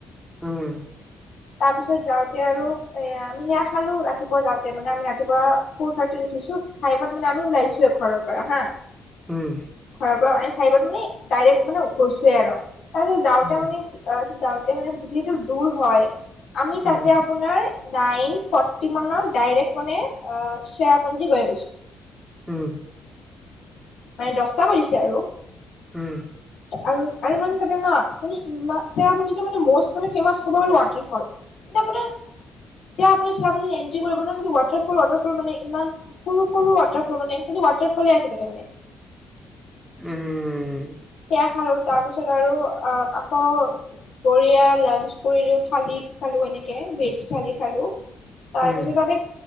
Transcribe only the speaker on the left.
তাৰ পিছত যাওঁতে আৰু এ আমি সেয়া খালো ৰাতিপুৱা যাওঁতে মানে আমি ৰাতিপুৱা ফৰ থাৰ্টিত উঠিছো ফাইভত মানে আমি ওলাইছোঁ এখন ঘৰৰ পৰা হা।
ঘৰৰ পৰা ম ফাইভত মানে ডাইৰেক্ট মানে গৈছোৱে আৰু তাৰপিছত যাওঁতে
মানে কি অ, যাওঁতে মানে যিহেতু দূৰ হয় আমি
তাতে আপোনাৰ নাইন ফৰ্তি মানত ডাৰেক্ট মানে চেৰাপুঞ্জী গৈ পাইছোঁ।
মানে দছটা বাজিছে আৰু।
আৰু মানে তাতে ন মানে ইমান চেৰাপুঞ্জীত মষ্ট ফেমাছ ক'ব গ'লো ৱাটাৰফল। আপোনাৰ যেতিয়া আপোনি চেৰাপুঞ্জীত এন্ট্ৰি কৰিব ন ৱাটাৰফল ৱাটাৰফল মানে ইমান সৰু সৰু ৱাটাৰফল মানে সেই ৱাটাৰফলে আছে তাতে মানে।
সেয়া খালো তাৰ পিছত আৰু অ, আকৌ বঢ়িয়া লাঞ্চ কৰিলো থালি খালো এনেকে ভেজ থালি খালো। তাৰ
পিছত তাতে